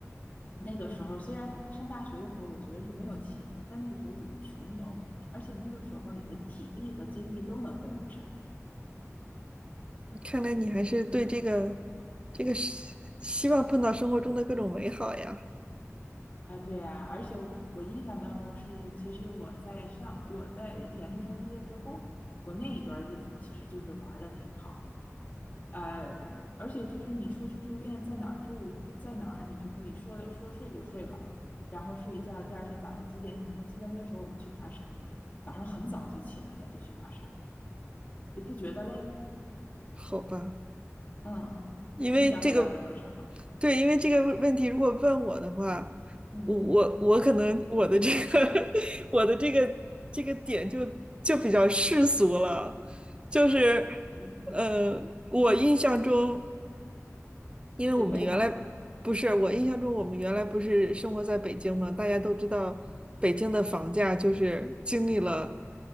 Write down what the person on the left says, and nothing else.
那个时候虽然大上大学的时候，我觉得是没有钱，但那个时候属于穷游，而且那个时候你的体力和精力都能跟得上。
啊，对呀，而且我我印象当中是，其实我在上我在研究生毕业之后，我那一段日子其实就是玩的挺好的。呃，而且就是你出去住店，在哪儿住在哪儿，你就可以说说睡就睡了，然后睡一觉，第二天早上几点？我记得那个时候我们去爬山，早上很早就起来了，就去爬山，也不觉得累。
嗯，
你想回到什么时候？
嗯，
嗯
最美好，